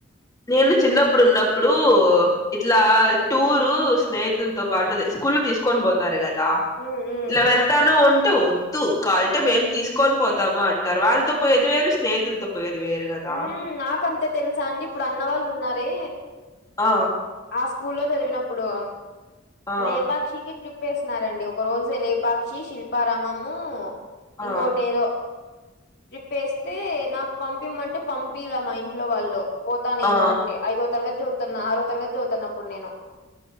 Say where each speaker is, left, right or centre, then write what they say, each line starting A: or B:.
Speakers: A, on the left; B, on the left.
A: నేను చిన్నప్పుడు ఉన్నప్పుడు ఇట్ల
B: ఉమ్
A: టూ తో స్నేహితులతో పాటు స్కూల్ తీసుకని పోతారు కదా
B: ఉమ్ ఉమ్
A: <unintelligible> తను ఉంటే వద్దు కాలంటే మేము తీసుకొని పోతాము అం అంటారు వాళ్ళతో పోయేది వేరు స్నేహితులతో పోయేది వేరు కదా
B: ఉమ్ <unintelligible> తెలుసా అండి ఇప్పుడు అన్న వాళ్ళు ఉన్నారే
A: ఆ
B: ఆ స్కూల్ లో చదివినప్పుడు
A: ఆ
B: లేపాక్షికి ట్రి <unintelligible> నారండి ఒక రోజు లేపాక్షి శిల్పారామము
A: ఆ
B: ఇంకోటి ఏదో <unintelligible> ప్పేస్తే నాకు పంపిమంటే పంపిదా మా ఇంట్లో వాళ్ళు పోతా నేను
A: ఆ
B: అంటే ఐదో తరగతి చదువుతన్న ఆరో తరగతి చదువుతాను అప్పుడు నేను